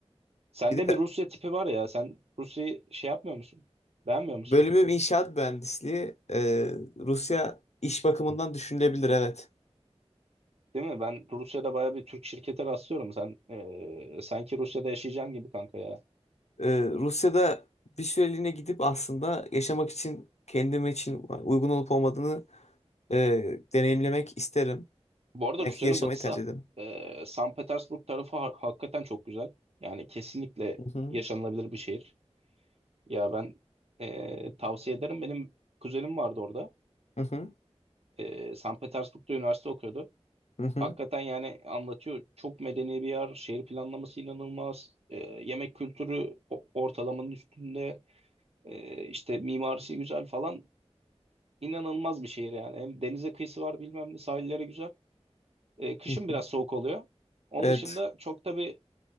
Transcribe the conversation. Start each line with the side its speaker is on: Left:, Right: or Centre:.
Right: Sende
Left: Bir de
Right: bir Rusya tipi var ya. Sen Rusya'yı şey yapmıyor musun? Beğenmiyor musun?
Left: bölümüm inşaat mühendisliği. Ee, Rusya iş bakımından düşünülebilir evet.
Right: Değil mi? Ben Rusya'da bayağı bir Türk şirkete rastlıyorum. Sen e, sanki Rusya'da yaşayacaksın gibi kanka ya.
Left: Ee, Rusya'da bir süreliğine gidip aslında yaşamak için kendim için uygun olup olmadığını e, deneyimlemek isterim.
Right: Bu arada
Left: Belki
Right: Rusya'nın
Left: yaşamayı
Right: batısı
Left: tercih ederim.
Right: e, San Petersburg tarafı ha- hakikaten çok güzel. Yani kesinlikle
Left: Hı hı,
Right: yaşanılabilir bir şehir. Ya ben e, tavsiye ederim. Benim kuzenim vardı orada.
Left: hı hı,
Right: E, San Petersburg'da üniversite okuyordu.
Left: hı hı,
Right: Hakikaten yani anlatıyor. Çok medeni bir yer. Şehir planlaması inanılmaz. Ee, yemek kültürü o- ortalamanın üstünde. Ee, işte mimarisi güzel falan. İnanılmaz bir şehir yani. Hem denize kıyısı var bilmem ne sahilleri güzel. Ee, kışın
Left: hı
Right: biraz
Left: hı.
Right: soğuk oluyor. Onun
Left: Evet.
Right: dışında çok da bir